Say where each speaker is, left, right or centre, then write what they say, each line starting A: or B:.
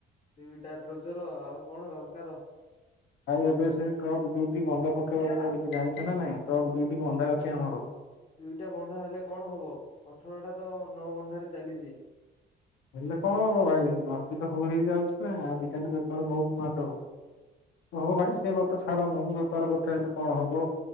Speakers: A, on the left; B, on the left.
A: ଦିଇଟା ଡ୍ରୋଜର୍, ଆଉ କଣ ଦରକାର?
B: ଭାଇ ଏବେ ସେ ଟ୍ରକ୍ ଦୁଇଟି ବନ୍ଧା ପକେଇବାକୁ ପଡିଛି, ଜାଣିଛ ନା ନାଇଁ? ଟ୍ରକ୍ ଦୁଇଟି ବନ୍ଧା ଅଛି ଆମର।
A: ଦୁଇଟା ବନ୍ଧା ହେଲେ କଣ ହବ, ଅଠରଟା ତ ନଅ ବନ୍ଧାରେ ଚାଲିଛି।
B: ହେଲେ କଣ ହବ ଭାଇ, <unintelligible> ତ ସବୁ ହେଇଯାଉଛି ନା ଆଜିକାଲି ବେପାର ବହୁତ ମାଡ। ହଁ ଭାଇ ସେ କଥା ଛାଡ ମ, ବେପାର କଥା ହେଲେ କଣ ହବ।